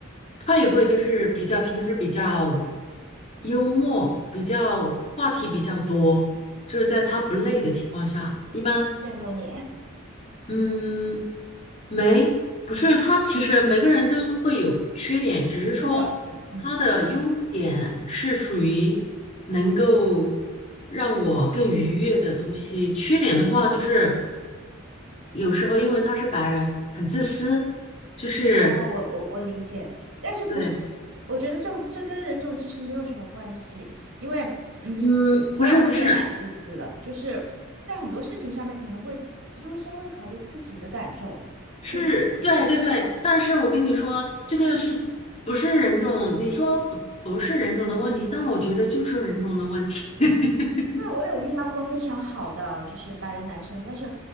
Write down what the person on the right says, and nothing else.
羡慕你，
<laughs>
那倒是，嗯。
哦我我我理解，但是不是？
我觉得这这跟人种其实没有什么关系，因为嗯，
我老公也蛮自私的，
就是在很多事情上面可能会优先会考虑自己的感受，
会比较多。
对，我有遇到过非常好的就是白人男生，但是，